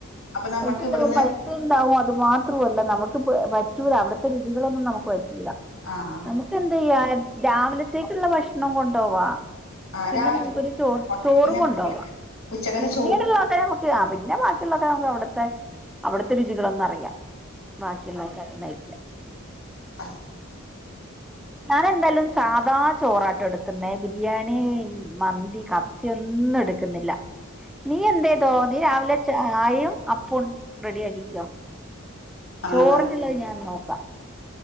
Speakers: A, on the left; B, in the centre.
A: അപ്പൊ നമ്മൾക്ക്
B: പൈസ ഇണ്ടാവും
A: ഇവിടുന്ന്
B: പൈസ ഇണ്ടാവും അത് മാത്രല്ല നമുക്ക്റ്റൂല അവിത്തെ രുചികളൊന്നും നമുക്ക്റ്റ
A: ആഹ്
B: നമുക്ക് എന്ത് ചെയ്യാ രാവിലത്തേക്കുള്ള ഭക്ഷണം കൊണ്ടോവാ
A: ആഹ്
B: പിന്നെ
A: രാവിലത്തെ
B: നമുക്കൊരു ചോറ്
A: കൊണ്ടോണം
B: ചോറും
A: പിന്നെ
B: കൊണ്ടപോവാം
A: ഉച്ചക്കത്തെ
B: പിന്നീടുള്ളാത്ത
A: ചോറ്
B: നമുക്ക് ആ പി പിന്നെ ബാക്കിയുള്ളതൊക്കെ നമുക്ക് അവിടുത്തെ അവിടുത്തെ രുചികളൊന്നും അറിയാം ബാക്കിയുള്ളതൊക്കെ അവിടുന്ന് കഴിക്കാ
A: അതെ
B: ഞാൻ എന്തായാലും സാധാ ചോറാട്ടോ എടുക്ക ക്കുന്നെ ബിരിയാണി മന്തി കത്തി ഒന്നും എടുക്കുന്നില്ല നീ എന്ത ചെയ്തോ നീ രാവിലെ ചായേം അപ്പോം റെഡി ആക്കിക്കോ
A: ആഹ്
B: ചോറിനുള്ളത് ഞാൻ നോക്കാം